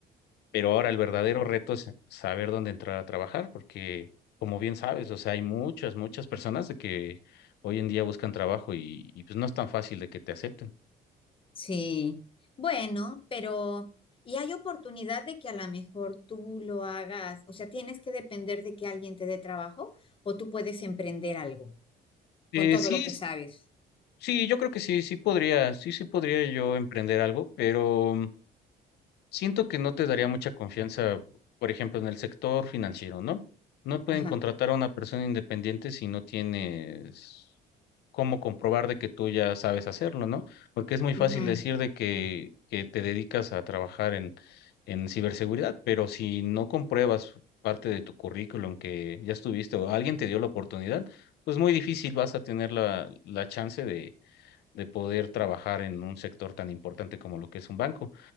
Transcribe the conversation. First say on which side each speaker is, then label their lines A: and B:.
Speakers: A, on the left; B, on the left.
A: Pero ahora el verdadero reto es saber dónde entrar a trabajar, porque como bien sabes, o sea, hay muchas, muchas personas de que hoy en día buscan trabajo y, y, pues no es tan fácil de que te acepten.
B: sí. Bueno, pero y hay oportunidad de que a lo mejor tú lo hagas, o sea, tienes que depender de que alguien te dé trabajo o tú puedes emprender algo
A: Eh,
B: con todo
A: sí,
B: lo que
A: s-
B: sabes.
A: sí, yo creo que sí, sí podría, sí, sí podría yo emprender algo, pero Siento que no te daría mucha confianza, por ejemplo, en el sector financiero, ¿no? No pueden
B: Ajá,
A: contratar a una persona independiente si no tienes cómo comprobar de que tú ya sabes hacerlo, ¿no? Porque es muy fácil
B: ujú,
A: decir de que, que te dedicas a trabajar en, en ciberseguridad, pero si no compruebas parte de tu currículum que ya estuviste o alguien te dio la oportunidad, pues muy difícil vas a tener la, la chance de, de poder trabajar en un sector tan importante como lo que es un banco.